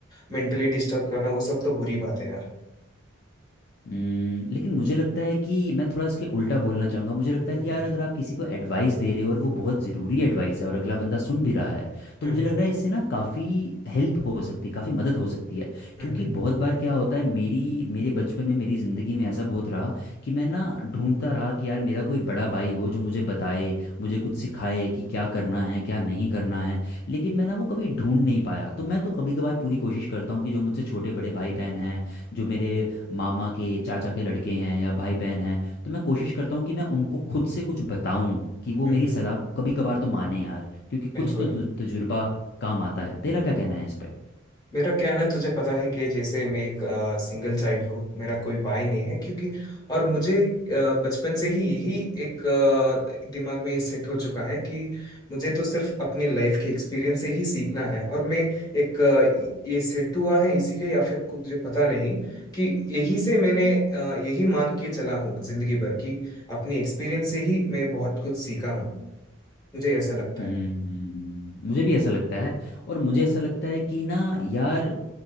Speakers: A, on the left; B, on the left.
A: मेंटली डिस्टर्ब करना वो सब तो बुरी बात है यार
B: हम्म, लेकिन मुझे लगता है कि मैं थोड़ा इसके उल्टा बोलना चाहूँगा मुझे लगता
A: हम्म
B: है कि यार अगर आप किसी को एडवाइस दे रहे हो और वो बहुत ज़रूरी एडवाइस है और अगला बंदा सुन भी रहा है तो
A: हम्म
B: मुझे
A: हम्म
B: लग रहा है इससे ना काफ़ी हेल्प हो सकती है काफ़ी मदद हो सकती है
A: हम्म
B: क्योंकि
A: हम्म
B: बहुत बार क्या होता है मेरी मेरे बचपन में मेरी ज़िंदगी में ऐसा बहुत रहा कि मैं ना ढूंढता रहा कि यार मेरा कोई बड़ा भाई हो जो मुझे बताए मुझे कुछ सिखाए कि क्या करना है क्या नहीं करना है लेकिन मैं ना वो कभी ढूंढ नहीं पाया तो मैं तो कभी कभार पूरी कोशिश करता हूँ कि जो मुझसे छोटे बड़े भाई बहन हैं जो मेरे मामा के चाचा के लड़के हैं या भाई बहन हैं तो मैं कोशिश करता हूँ कि मैं उनको खुद से कुछ बताऊं कि वो
A: हम्म,
B: मेरी
A: हम्म,
B: सलाह कभी कभार तो माने यार क्योंकि कुछ
A: बिल्कुल
B: तो तु- तजुर्बा काम आता है तेरा क्या कहना है इस पे
A: मेरा क्या है ना तुझे पता है कि जैसे मैं एक सिंगल चाइल्ड हूँ मेरा कोई भाई नहीं है क्योंकि और मुझे अ, बचपन से ही यही एक अ, दिमाग में ये सेट हो चुका है कि मुझे तो सिर्फ अपने लाइफ के एक्सपीरियंस से ही सीखना है और मैं एक अ, य- ये सेट हुआ है इसीलिए या फिर कुछ मुझे पता नहीं कि यही से मैंने अ, यही मान के चला हूँ जिंदगी भर की अपने एक्सपीरियंस से ही मैं बहुत कुछ सीखा हूँ मुझे ऐसा लगता
B: हम्म
A: है
B: हम्म, मुझे भी ऐसा लगता है और मुझे ऐसा लगता है कि ना यार